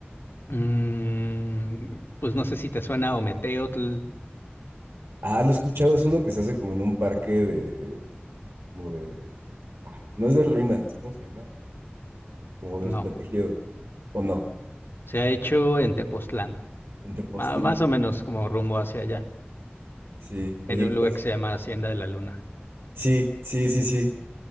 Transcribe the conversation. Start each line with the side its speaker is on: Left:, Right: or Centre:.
Left: Mm, pues no sé si te suena Ometeotl.
Right: Ah, lo he escuchado, es uno que se hace como en un parque de, como de, ay, no es de ruinas, ¿cómo se llama? Como
Left: No,
Right: de los protegidos, ¿o no?
Left: se ha hecho en Tepoztlán,
Right: En Tepoztlán,
Left: ma- más o menos como rumbo hacia allá,
Right: sí. Oye,
Left: en un
Right: ¿qué
Left: lugar
Right: tal?
Left: que se llama Hacienda de la Luna.
Right: Sí, sí, sí, sí.